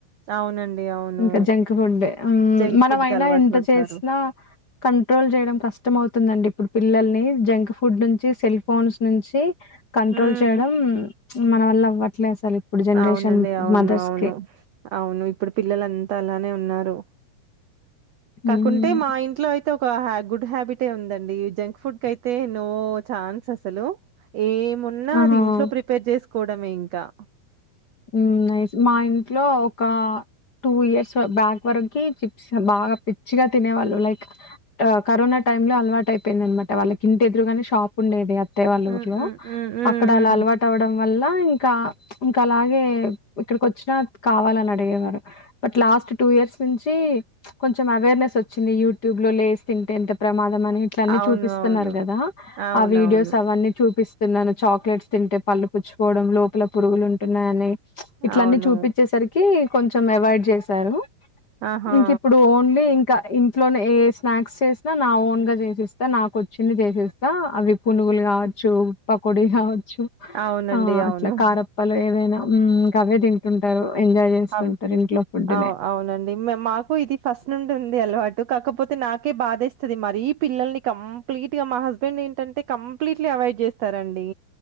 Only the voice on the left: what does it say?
ఇంకా జంక్ ఫుడ్ హ్మ్
మనమైనా
ఎంత
చేసినా కంట్రోల్ చేయడం కష్టం అవు ఇప్పుడు పిల్లల్ని జంక్ ఫుడ్ నుంచి సెల్ ఫోన్స్ నుంచి కంట్రోల్
చేయడం మన వల్ల అవ్వట్లే అసలు ఇప్పుడు జనరేషన్
మదర్స్
కి
మ్మ్
ఆహా
ఊ నైస్ మా ఇంట్లో ఒక టూ ఇయర్స్ బ్యాక్ వరకి, చిప్స్ బాగా పిచ్చిగా తినేవాళ్ళు. లైక్ కరోనా టైమ్ లో అలవాటు అయిపోయింది అనమాట. వాళ్ళకి ఇంటి ఎదురుగానే షాప్ ఉండేది. ఉంటై వాళ్ళ
ఊర్ లో
అక్కడ
అల అలవాటు అవ్వడం వల్ల ఇంకా ఇంకా ఇంక్ అలాగే ఇక్కడికి వచ్చిన కావాలని అడిగేవారు. బట్ లాస్ట్ టూ ఇయర్స్ నుంచి కొంచం అవేర్నెస్ వచ్చింది. యూట్యూబ్ లో లేస్ తింటేంత ప్రమాదం. మని ఇట్లన్నీ
చూపిస్తున్నారు
కదా
ఆ వీడియోస్ అవన్నీ చూపిస్ తిన్నాను చాక్లెట్స్ తింటే పళ్ళు పుచ్చుపోవడం లోపల పురుగులుం పననే ఇట్లన్నీ
చూపిచ్చేసరికి కొంచెం అవాయిడ్ చేశారు
ఇంక ఇప్పుడు ఓన్లీ ఇం ఇంకా ఇంట్లోనే ఏ స్నాక్స్ చేసినా, నా ఓన్గా చేసేస్తా. నాకు వచ్చింది చేసేస్తా. అవి పునుగులు కావచ్చు. పకోడి కావ చ్చు
ఆ అట్ల
కారమ్ ఏదైనా ఉం ఇంకా అవే తింటుంటారు ఎంజాయ్ జేస్తుంటారు
ఇంట్లో ఫుడ్‌నే.